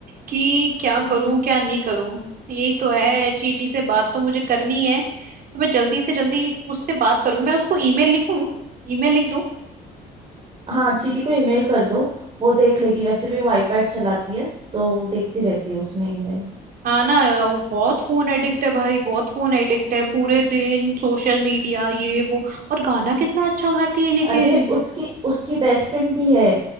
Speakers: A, on the right; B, on the right.
A: कि क्या
B: हम्म
A: करूं
B: हम्म।
A: क्या नहीं करूं यही तो है चीटी से बात तो मुझे करनी है तो मैं जल्दी से जल्दी उससे बात करूंगी मैं उसको ईमेल लिखूं ईमेल लिख दूं
B: हाँ चीटी को ईमेल कर दो वो देख लेगी वैसे भी वो आईपैड चलाती है तो वो देखती रहती है उसमें ईमेल
A: हाँ ना वो बहुत फोन एडिक्ट है भाई बहुत फोन एडिक्ट है पूरे दिन सोशल मीडिया ये वो और गाना कितना अच्छा गाती है लेकिन
B: अरे उसकी उसकी बेस्ट फ्रेंड भी है